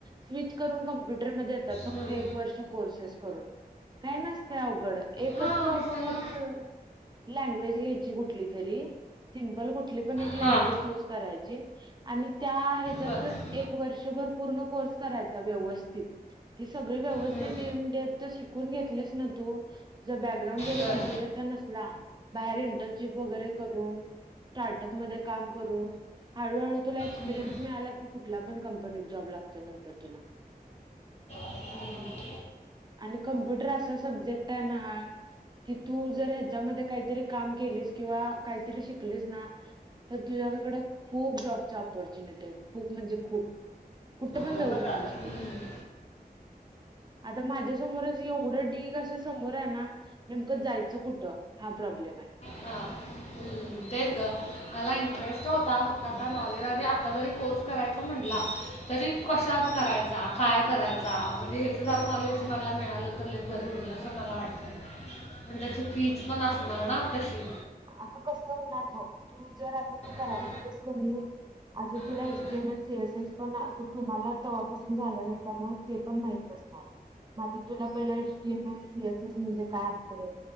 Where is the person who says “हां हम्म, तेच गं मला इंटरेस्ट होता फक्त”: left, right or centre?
Left